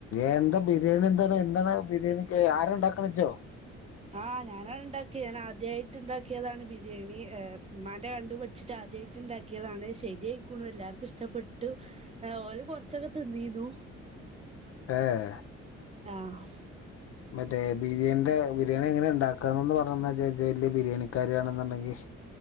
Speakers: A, on the left; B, on the right.
A: എന്താ ബിരിയാണി എന്താണ് എന്താണ് ബിരിയാണിക്ക് ആരാണ്ടാക്കണത് ഇജോ
B: ആഹ് ഞാനാണ് ണ്ടാക്കിയത് ഞാൻ ആദ്യായിട്ട് ണ്ടാക്കിയതാണ് ബിരിയാണി ഇമ്മാന്റെ കണ്ടു പടിച്ചിട്ട ആദ്യായിട്ട്ണ്ടാക്കിയതാണ് ശരിയയിക്ക്‌ണു എല്ലാർക്കും ഇഷ്ടപ്പെട്ടു ഓല് കൊർച്ചൊക്കെ തിന്നീന്നു
A: ആഹ്
B: ആഹ്
A: മറ്റേ ബിരിയാണിന്റെ ബിരിയാണി എങ്ങനെ ഉണ്ടാക്കാന്നൊന്ന് പറഞ്ഞന്നാജ്ജ് ജ് വല്യ ബിരിയാണിക്കാരി ആണെന്നുണ്ടെങ്കി